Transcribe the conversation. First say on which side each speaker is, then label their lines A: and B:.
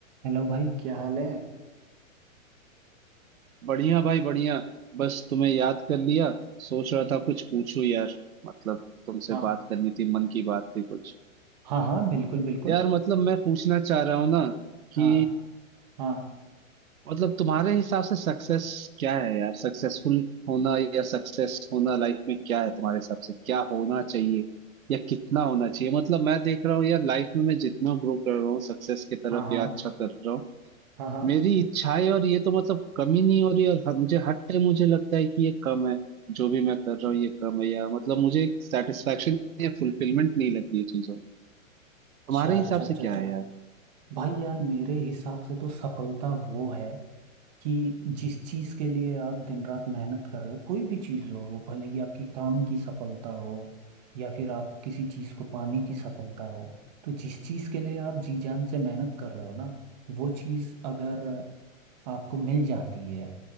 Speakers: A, on the right; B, on the right.
A: Hello भाई क्या हाल है
B: बढ़िया भाई बढ़िया बस तुम्हें याद कर लिया सोच रहा था कुछ पूछूं यार मतलब तुमसे
A: हाँ
B: बात करनी थी मन की बात थी कुछ
A: हाँ हाँ बिल्कुल बिल्कुल
B: यार मतलब मैं पूछना चाह रहा हूँ ना कि
A: हाँ हाँ
B: मतलब तुम्हारे हिसाब से सक्सेस क्या है यार सक्सेसफुल होना या सक्सेस होना लाइफ में क्या है तुम्हारे हिसाब से क्या होना चाहिए या कितना होना चाहिए मतलब मैं देख रहा हूँ यार लाइफ में मैं जितना ग्रो कर रहा हूँ सक्सेस की तरफ
A: हाँ हाँ
B: या अच्छा कर रहा हूँ
A: हाँ हाँ
B: मेरी इच्छाएं और ये तो मतलब कमी नहीं हो रही और हर, मुझे हर टाइम मुझे लगता है कि ये कम है जो भी मैं कर रहा हूँ ये कम है या मतलब मुझे एक सेटिस्फेक्शन या फुलफिलमेंट नहीं लगती ये चीजों में तुम्हारे
A: अच्छा
B: हिसाब
A: अच्छा अच्छा
B: से क्या
A: अच्छा
B: है यार
A: भाई यार मेरे हिसाब से तो सफलता वो है कि जिस चीज के लिए आप दिन रात मेहनत कर रहे हो कोई भी चीज हो वो भले ही आपकी काम की सफलता हो या फिर आप किसी चीज को पाने की सफलता हो तो जिस चीज के लिए आप जी जान से मेहनत कर रहे हो ना वो चीज अगर आपको मिल जाती है